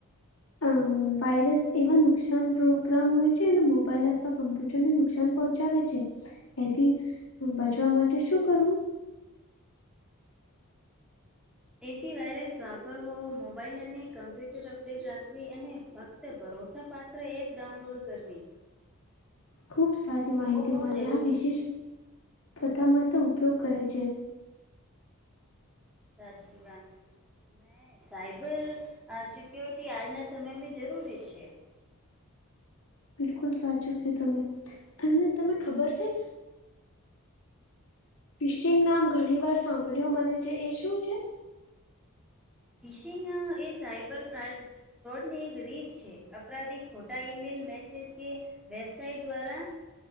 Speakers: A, on the left; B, in the centre.
A: અમ વાયરસ એવા નુકસાન પ્રોગ્રામ હોય છે અને મોબાઈલ અથવા કમ્પ્યુટરને નુકસાન પહોચાવે છે એથી બચવા માટે શું કરવું
B: એન્ટી વાયરસ મોબાઈલ અને કમ્પ્યુટર અપડેટ રાખવી અને ફક્ત તે ભરોસાપાત્ર એપ ડાઉનલોડ કરવી
A: ખુબ સારી માહિતી
B: ઓ બહુ
A: મળે
B: જરૂરી
A: આ વિશેષ
B: છે.
A: <inaudible> ઉપયોગ કરે છે
B: સાચી વાત હ સાયબર સિક્યોરિટી આજના સમયમાં જરૂરી છે.
A: બિલકુલ સાચું કયું તમે એ તમને ખબર છે ફિશિંગ નામ ઘણી વાર સાંભળ્યું મળે છે એ શું છે?
B: ફિશિંગ એ સાઇબર ફ્રાડ ફ્રોડની એક રીત છે અપરાધી ખોટા ઈમેલ મેસેજ કે વેબસાઇટ દ્વારા